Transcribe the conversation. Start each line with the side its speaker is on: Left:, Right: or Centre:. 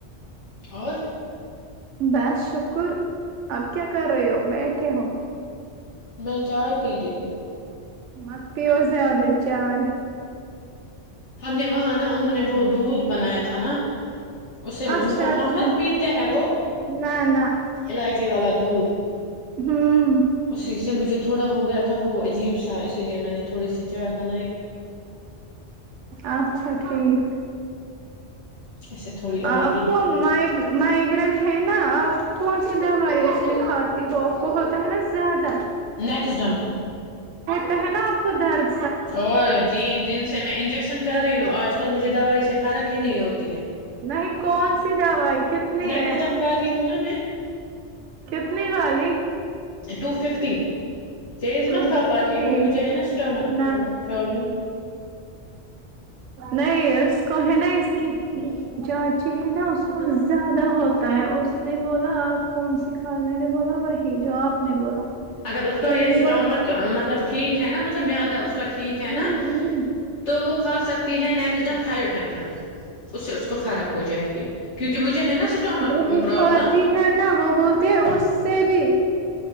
Left: اور
Right: بس شکر اب کیا کر رہے ہو بیٹھے ہو
Left: میں چائے پی رہی ہوں
Right: مت پیو زیادہ چائےائے
Left: ہم نے وہاں نا انہوں نے وہ دودھ بنایا تھا تھا نہ اسے
Right: اچھا
Left: مطلب
Right: اچھا
Left: ہمت پیتے ہیں وہ
Right: نہ نہ
Left: الائچی والا دودھ
Right: ہوں
Left: اسی سے مجھے تھوڑا ہو گیا تھا وہ عجیب سا اسی لیے میں نے تھوی سی چائے بنا
Right: اچھا ٹھیک
Left: اس سے تھوڑی آئے
Right: اپکو
Left: گی
Right: مائگرین گرنٹ ہیںین نہ کون سندا ہوا یہ میں کھاتی ہو ا وہ ہوتا ہے نا زیادہ
Left: نیکس ڈن
Right: تو ہے نا آپ کو درد
Left: اور تین دن سے میں انجیکشن کر رہی ہوں آج کل مجھے دوائی سے فرق ہی نہیں ہوتا
Right: نہیں کون سی دوائی کتنی
Left: نیکس
Right: ہے
Left: دمکاتی ہوں نا میں
Right: کتنی والی
Left: ٹو ففٹی تیز
Right: ٹو
Left: مت کھا
Right: ففٹی
Left: پاتی ہوں مجھے ہے نا اسٹامک
Right: نہ
Left: پرابلم
Right: نہیں اس کو ہے نہیں اس کی چاچی ہے نا اس کو زیادہ ہوتا ہے اس نے بولا آپ کون س کال میں نے بولا وہی جو آپ نے بولا
Left: اگر اس کا
Right: پھر
Left: یہ
Right: میں نے بولا
Left: ٹمک مطلب <unintelligible> ٹھیک ہے نا مطلب میں آدا اس کو <unintelligible> کا ٹھیک ہے
Right: ہ
Left: نا تو وہ کھا سکتی ہیں نیکسٹ ڈم <unintelligible> فائیو ہنڈریڈ <unintelligible> اس سے اس کو فرق ہو جائے گی کیونکہ مجھے ہے نا اسٹامک
Right: وہی
Left: پرابلم
Right: کاتی ہے نا وہ بولتی ہے اس سے بھی